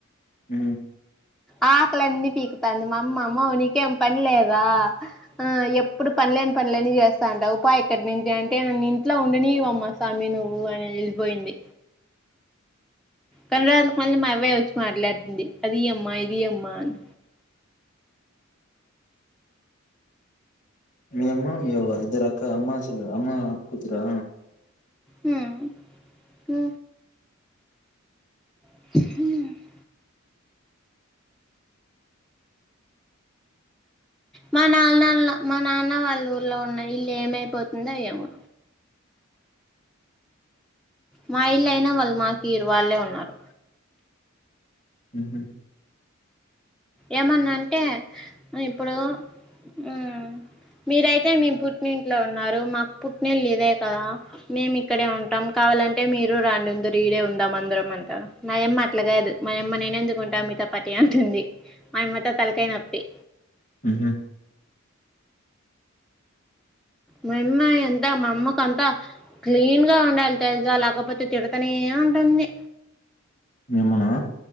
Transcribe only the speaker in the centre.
ఆ ఆకలన్నీ పీక్తాంది మా అమ్మ మామ్ మమ్మో నీకేం పన్ లేదా ఆ ఎప్పుడు పన్లేని పంలాన్ని చేస్తా అంటా ఉపా ఇక్కడ్ నుంచి అంటే నన్ను ఇంట్లో ఉండనీయు అమ్మ సామీ నువ్వు అని ఏళ్పోయింది కన్రాజ్క్ మళ్ళీ మా అవ్వే ఓచ్చి మాట్లాడ్తుంది అది ఈ అమ్మా ఇది ఈ అమ్మా అని
హ్మ్ హ్ హియా మా నాన్న ల మా నాన్న వాళ్ ఊర్లో ఉన్నా ఇల్లు ఏమైపోతుందో ఏవో మా ఇల్ అయినా వాల్ మా తీర్ వాళ్ళే ఉన్నారు.
ఏమన్నంటే ఇప్పుడు ఉహ్ మీరైతే మీ పుట్నింట్లో ఉన్నారు మాకు పుట్నీల్ ఇదే కదా మేం ఇక్కడే ఉంటాం. కావాలంటే మీరు రాండి ఉందరు ఈడే ఉందాం అందరం అంటారా. మా యమ్మ అట్ల కాదు మా యమ్మ నేనెందుకుంట మీతో పాటి అంటుంది మా యమ్మతో తలకైనొప్పి
మా యమ్మా ఎంతా మా అమ్మక్ కంతా క్లీన్ గా ఉండాలి తెల్సా లేకపోతే తిడతనే ఉంటుంది.